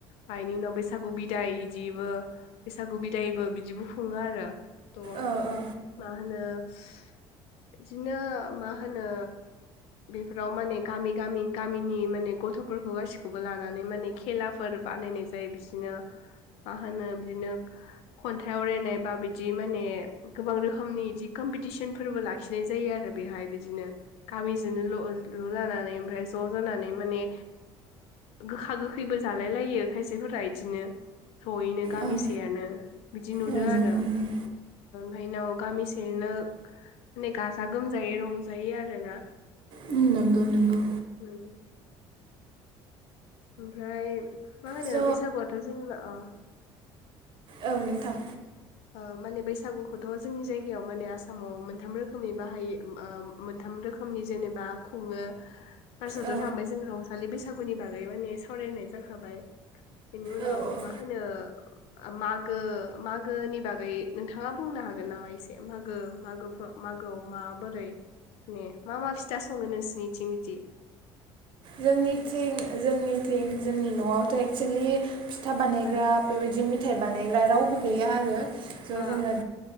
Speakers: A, on the left (about 75°); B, on the right (about 55°).
A: फायनि उनाव बैसागु बिदाय इदिबो बैसागु बिदायबो बिदिबो खुङो आरो त'
B: औ औ
A: मा होनो बिदिनो मा होनो बेफोराव माने गामि गामि गामिनि माने गथ'फोरखौ गासिखौ बो लानानै माने खेलाफोर बानायनाय जायो बिदिनो मा होनो बिदिनो खन्थाइ आवरायनाय बा बिदि माने गोबां रोखोमनि बिदि कमपिटिसनफोरबो लाखिनाय जायो आरो बेहाय बिदिनो गामिजोंनो ल'-ल' लानानै ओमफ्राय ज' जानानै माने गोखा गोखैबो जालाय लायो खायसेफोरा इदिनो जयैनो गामिसेयानो
B: ओं
A: बिदि नुदों
B: ओ
A: आरो
B: नंगौ नंगौ
A: फायनाव गामिसेनो माने गाजा गोमजायै रंजायै आरो ना
B: उम नंगौ नंगौ
A: उम ओमफ्राय मा होनो
B: स'
A: बैसागुआथ' जेनेबा ओ
B: औ नोंथां
A: ओ माने बैसागुखौथ' जोंनि जायगायाव माने आसामाव मोनथाम रोखोमनि बाहाय ओ मोनथाम रोखोमनि जेनेबा खुङो फार्सआवथ'
B: औ
A: थांबाय जों रंजालि बैसा गुनि बागै माने सावरायनाय जाखाबाय बेनि उनाव
B: औ औ
A: मा होनो मागो मा गोनि बागै नोंथाङा बुंनो हागोन नामा एसे मागो मागोफो मागोआव माबोरै ने मा मा फिथा सङो नोंसिनिथिं बिदि
B: जोंनिथिं जोंनिथिं जोंनि न'आवथ' एक्सोलि फिथा बानायग्रा
A: ओ
B: बेबायदि मिथाइ बानायग्रा रावबो गैया आरो स'
A: ओ
B: जोङो आ